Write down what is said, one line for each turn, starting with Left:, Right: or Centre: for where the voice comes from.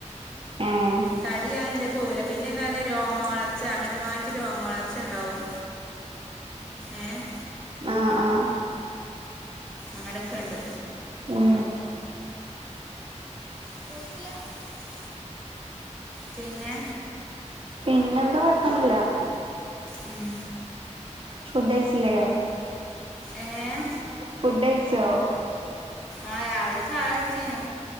Right: ഉം
Centre: തടിയാണ് എന്റെ പോവില പിന്നെ എന്താ പറയാ രോമ വളർച്ച അമിതമായി രോമ വളർച്ചണ്ടാവും ഏഹ്
Right: ആഹ് ആഹ്
Centre: അങ്ങനെക്കെണ്ട്
Right: ഉം
Centre: <unintelligible> പിന്നെ
Right: പിന്നെന്താ കൊഴപ്പൊന്നില്ല
Centre: ഉം
Right: ഫുഡ് കഴിച്ചില്ലേ
Centre: എങ്ങനെ
Right: ഫുഡ് കഴിച്ചോ
Centre: ആ രാവിലെ ചായ കുടിച്ചീനു